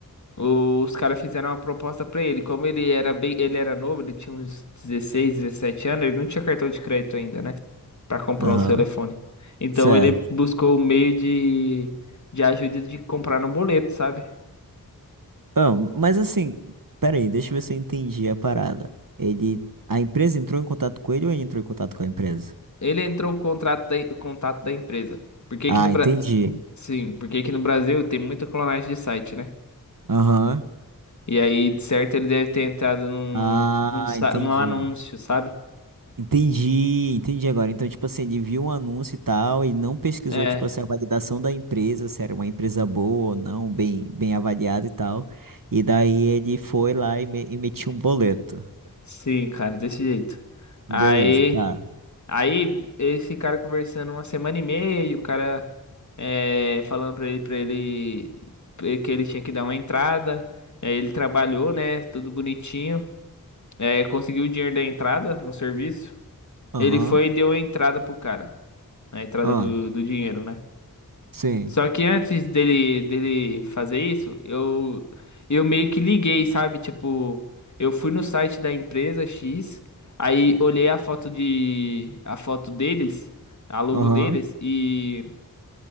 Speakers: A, on the left; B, on the right.
A: Os caras fizeram uma proposta pra ele. Como ele era bem, ele era novo, ele tinha uns 16, 17 anos, ele não tinha cartão de crédito ainda, né? Pra comprar
B: Aham,
A: o seu telefone. Então
B: certo.
A: ele buscou o meio de, de ajuda de comprar no boleto, sabe?
B: Ah, mas assim, peraí, deixa eu ver se eu entendi a parada. Ele, a empresa entrou em contato com ele ou ele entrou em contato com a empresa?
A: Ele entrou com o contrato da, o contato da empresa. Por que
B: Ah,
A: que no Bra...
B: entendi.
A: Sim, porque aqui no Brasil tem muita clonagem de site, né?
B: Aham.
A: E aí, de certo, ele deve ter entrado num,
B: Ah,
A: num, sa-
B: entendi.
A: num anúncio, sabe?
B: Entendi, entendi agora. Então, tipo assim, ele viu um anúncio e tal e não pesquisou,
A: É,
B: tipo assim, a validação da empresa, se era uma empresa boa ou não, bem, bem avaliada e tal. E daí ele foi lá e, me- e metiu um boleto.
A: sim, cara, desse jeito.
B: Beleza,
A: Aí.
B: tá.
A: Aí esse cara conversando uma semana e meia, o cara é, falando pra ele, pra ele eh, que ele tinha que dar uma entrada. Aí ele trabalhou, né? Tudo bonitinho. é, conseguiu o dinheiro da entrada no serviço.
B: Aham.
A: Ele foi e deu a entrada pro cara. A entrada
B: Ah,
A: do, do dinheiro, né?
B: sim.
A: Só que antes dele, dele fazer isso, eu, eu meio que liguei, sabe? Tipo, eu fui no site da empresa X, aí olhei a foto de, a foto deles, a logo
B: Aham.
A: deles, e